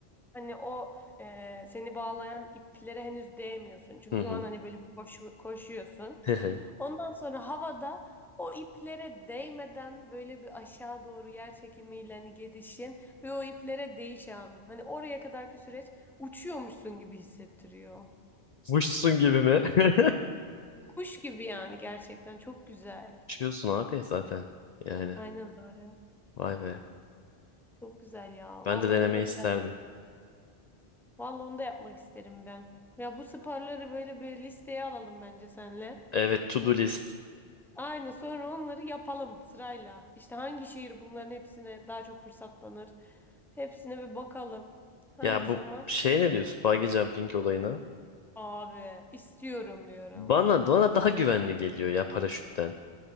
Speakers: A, in the centre; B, on the left (about 55°).
A: hani o e, seni bağlayan iplere henüz değmiyorsun. Çünkü
B: Hı hı.
A: o an hani böyle bir koşu, koşuyorsun.
B: <laughs> hı hı.
A: Ondan sonra havada o iplere değmeden böyle bir aşağı doğru yer çekimiyle hani gidişin ve o iplere değiş anın. Hani oraya kadarki süreç uçuyormuşsun gibi hissettiriyor.
B: Muşsun gibi mi? <laughs>
A: Kuş gibi yani gerçekten çok güzel.
B: Uçuyorsun abi zaten. Yani
A: Aynen öyle.
B: vay be.
A: Çok güzel ya.
B: Ben
A: Vallahi
B: de denemeyi
A: onu da
B: isterdim.
A: vallahi onu da yapmak isterim ben. Ya bu sporları böyle bir listeye alalım bence senle.
B: Evet to do list.
A: Aynen sonra onları yapalım sırayla. İşte hangi şehir bunların hepsine daha çok fırsatlanır. Hepsine bir bakalım. Hangi
B: Ya bu
A: zaman?
B: şey ne diyorsun? Bungee jumping olayına.
A: Abi istiyorum diyorum.
B: Bana, bana daha güvenli geliyor ya paraşütten.